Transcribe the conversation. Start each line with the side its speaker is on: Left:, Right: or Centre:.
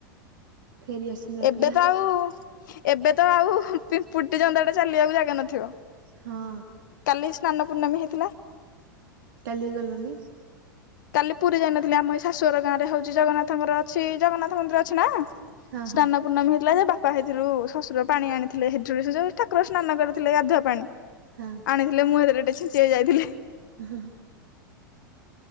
Right: ଫେରି ଆସୁଛନ୍ତି ବା
Left: ଏବେ
Right: ପିଲା
Left: ତ ଆଉ ଏବେ ତ ଆଉ ପିମ୍ପୁଡ଼ିଟେ, ଜନ୍ଦାଟେ ଚାଲିବାକୁ ଜାଗା ନଥିବ।
Right: ହଁ।
Left: କାଲି ସ୍ନାନ ପୂର୍ଣ୍ଣମୀ ହେଇଥିଲା।
Right: କାଲି ଗଲନି?
Left: <inaudible> କାଲି ପୁରୀ ଯାଇନଥିଲି, ଆମ ଏଇ ଶାଶୂଘର ଗାଁରେ ହଉଛି ଜଗନ୍ନାଥଙ୍କର ଅଛି, ଜଗନ୍ନାଥ ମନ୍ଦିର ଅଛି ନା ସ୍ନାନ
Right: ହଁ ହଁ
Left: ପୂର୍ଣ୍ଣମୀ ହୋଇଥିଲା ଯେ, ବାପା ସେଇଥିରୁ ଶ୍ୱଶୁର ପାଣି ଆଣିଥିଲେ ସେଠୁ, ସେ ଯୋଉ ଠାକୁର ସ୍ନାନ କରିଥିଲେ ଗାଧୁଆ ପାଣି
Right: ହଁ।
Left: ଆଣିଥିଲେ, ମୁଁ ହେଥିରେ ଟିକେ ଛିଞ୍ଚି ହେଇଯାଇଥିଲି।
Right: ହଁଁ ହଁ।